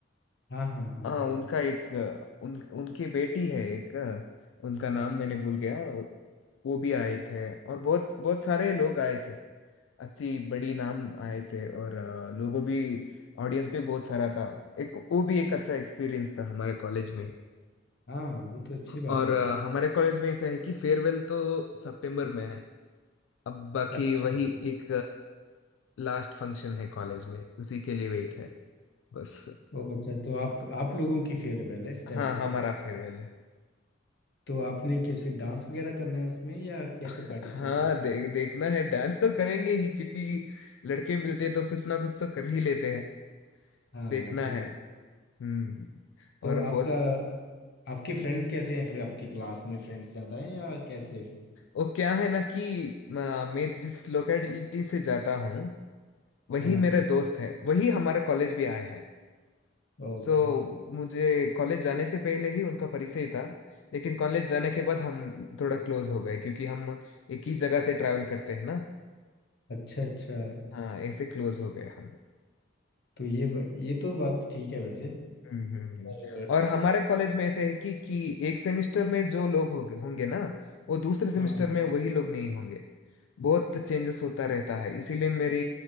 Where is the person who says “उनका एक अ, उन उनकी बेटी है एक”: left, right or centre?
Left